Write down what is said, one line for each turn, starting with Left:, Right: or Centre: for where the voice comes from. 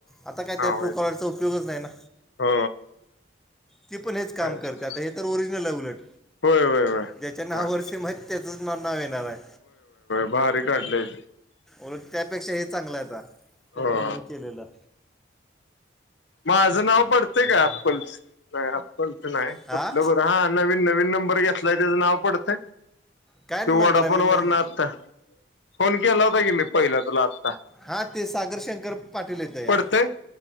Centre: आता काय त्यात
Left: नाव
Centre: ट्रू कॉलरचा उपयोगच नाही ना..
Left: हो
Centre: ती पण हेच
Left: होय
Centre: काम करत्या आता हे तर ओरिजिनल आहे उलट
Left: होय होय होय
Centre: ज्याच्या नाववर सिम हाईतं त्येजच नाव येणार हाय
Left: बाहेर काढलय..
Centre: उलट त्यापेक्षा हे चांगलं हाय आता कंपनीनं
Left: हो
Centre: केलेलं
Left: माझं नाव पडतय काय अप्पलच नाही अप्पलचं नाही
Centre: हां
Left: कुठलं बरं हां... नवीन नवीन नंबर घेतलाय त्याचं नाव पडतंय..
Centre: काय
Left: तो
Centre: नंबर
Left: वडाफोन
Centre: आहे मी न-
Left: वरन आलता... फोन केला होता की मी पहिला तुलाचं..
Centre: हा ते सागर शंकर पाटील येत या
Left: पडतंय